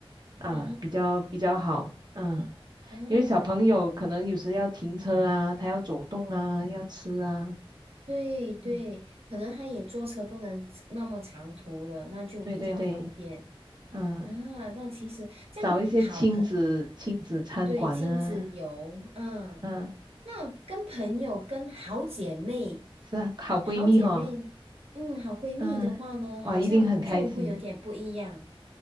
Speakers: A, on the right (about 45°); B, on the right (about 85°).
A: 啊，
B: 啊
A: 比较比较好，嗯。
B: 啊，
A: 因为小朋友可能有时要停车啊，他要走动啊，要吃啊，
B: 对对，
A: 嗯，
B: 可能他也坐车不能那么长途了，那就比较方便
A: 对对对，嗯、
B: 啊。那其实这样好朋
A: 找一些亲子亲子餐馆呢，
B: 对，亲子游，嗯，
A: 嗯、
B: 那跟朋友、跟好姐妹、
A: 是啊，好闺蜜哈，
B: 好姐妹，嗯，好闺蜜的话呢，
A: 嗯、哇，
B: 好像就会有点不一样。
A: 一定很开心，